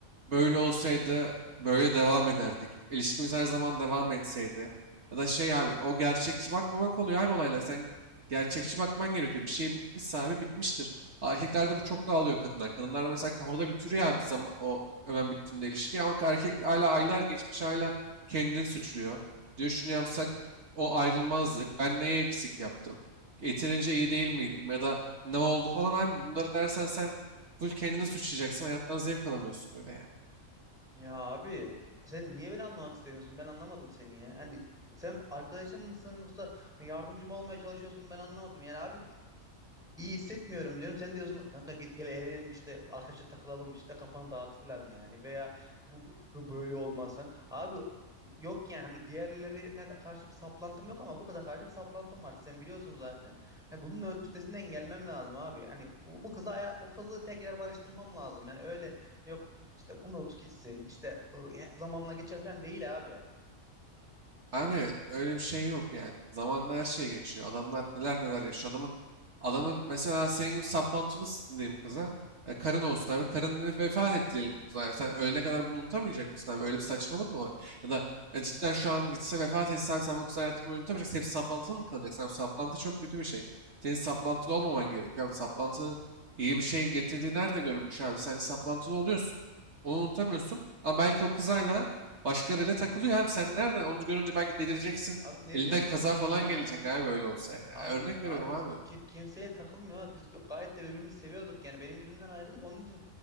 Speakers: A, on the right (about 55°); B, in the centre.
A: böyle olsaydı böyle devam ederdik. İlişkimiz her zaman devam etseydi. Ya da şey abi o gerçekçi bakmamak oluyor abi olaylar. Sen gerçekçi bakman gerekiyor. Bir şey bitmişse abi bitmiştir. Erkeklerde bu çok daha oluyor kadınlar. Kadınlar mesela kafada bitiriyor abi zaman, o hemen bittiğinde ilişki. Ama erkek hala aylar geçmiş hala kendini suçluyor. Diyor şunu yapsak o ayrılmazlık, ben neye eksik yaptım, yeterince iyi değil miydim ya da ne oldu falan abi bunları dersen sen full kendini suçlayacaksın, hayattan zevk alamıyorsun öyle yani.
B: Ya abi sen niye beni anlamak istemiyorsun? Ben anlamadım seni ya. Hani sen arkadaşım mısın yoksa yardımcım olmaya çalışıyorsun? Ben anlamadım. Yani abi İyi hissetmiyorum diyorum. Sen diyorsun kanka gel, gel eğlenelim işte arkadaşlar takılalım işte kafanı dağıt falan yani veya bu, bu bu böyle olmaz falan. Abi yok yani hani diğerlerine de karşı bir saplantım yok ama bu kıza karşı bir saplantım var. Sen biliyorsun zaten. Hani bunun ö- üstesinden gelmem lazım abi. Hani bu, bu kıza aya- bu kızı tekrar barıştırmam lazım. Yani öyle yok işte bunu unut gitsin işte ı, ya- zamanla geçer falan değil abi.
A: Abi öyle bir şey yok yani. Zamanla her şey geçiyor. Adamlar neler neler yaşıyor. Adamın, adamın mesela senin gibi saplantını s- diyeyim kıza. E, karın olsun abi. Karın dedi, vefat etti diyelim bu kıza. Yani sen ölene kadar bunu unutamayacak mısın abi? Öyle bir saçmalık mı var? Ya da e, cidden şu an gitse vefat etse abi sen bu kızı hayatını boyu unutamayacaksın. Hep saplantılı mı kalacaksın? Abi, saplantı çok kötü bir şey. Senin saplantılı olmaman gerekiyor. Abi, saplantının iyi bir şey getirdiği nerede görünmüş abi? Sen saplantılı oluyorsun. Onu unutamıyorsun. Ama belki o kız hala Başkalarıyla takılıyor abi sen nereden? Onu görünce belki delireceksin.
B: Abi ne
A: Elinden
B: diyorsun
A: kaza
B: sen
A: falan
B: ya?
A: gelecek abi öyle olsa yani.
B: Abi
A: Örnek veriyorum
B: abi
A: abi.
B: ki- ki- kimseye takılmıyor ha. Biz bir- gayet de birbirimizi seviyorduk. Yani benim yüzümden ayrıldık. Onun için